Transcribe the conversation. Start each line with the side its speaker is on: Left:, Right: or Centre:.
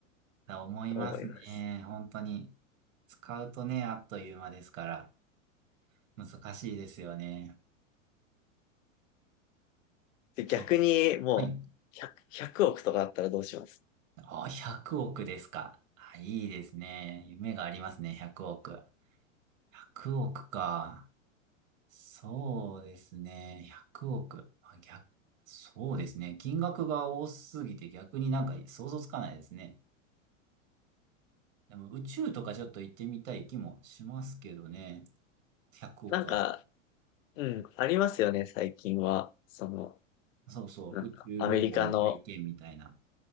Right: だ思いますね。
Left: 思います。
Right: 本当に。使うとね、あっという間ですから、難しいですよね。
Left: で、
Right: そう。
Left: 逆にもう
Right: はい。
Left: 100、億とかあったらどうします
Right: あ、100億ですか。あ、いいですね。夢がありますね、100億。100億か。そうですね。100億。あ、逆、そうですね。金額が多すぎて逆になんか想像つかないですね。でも宇宙とかちょっと行ってみたい気もしますけどね。100億は。
Left: なんか、うん、ありますよね、最近は。その、
Right: そうそう。
Left: なんかアメリカの、
Right: 宇宙旅行の体験みたいな。